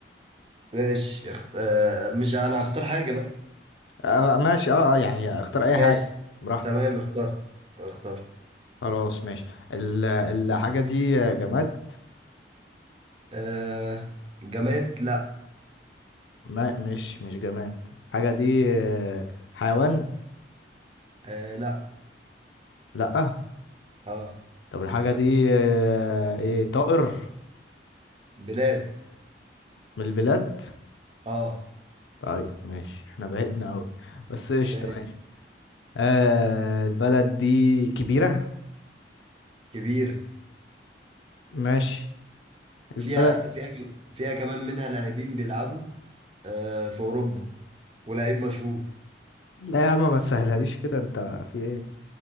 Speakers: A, on the right (about 30°); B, on the left (about 80°).
A: ماشي اخت... آه مش انا هختار حاجة بقى
B: آه ماشي اه آه، يعني اختار اي
A: ماشي
B: حاجة براحتك
A: تمام اخترت اخترت
B: خلاص ماشي ال- الحاجة دي جماد
A: آه جماد لا
B: ما مش مش جماد الحاجة دي آه، حيوان
A: آه لا
B: لأ
A: اه
B: طب الحاجة دي آه، ايه طائر
A: بلاد
B: من البلاد
A: اه
B: طيب ماشي احنا بعدنا اوي بس قشطة
A: ماشي
B: ماشي آه البلد دي كبيرة
A: كبيرة
B: ماشي البلد
A: فيها فيها ك- فيها كمان منها لاعبين بيلعبوا آه في اوروبا ولاعيب مشهور
B: لا يا عم ما تسهلهاليش كده انت في ايه